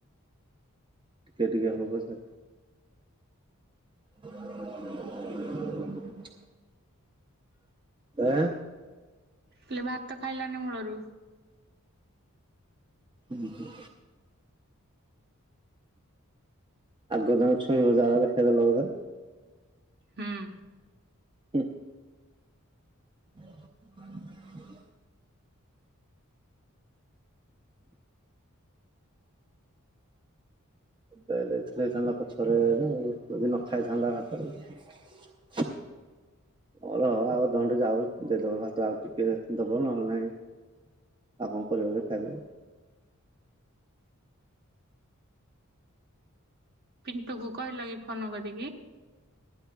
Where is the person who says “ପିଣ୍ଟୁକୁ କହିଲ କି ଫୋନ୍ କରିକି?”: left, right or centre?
Right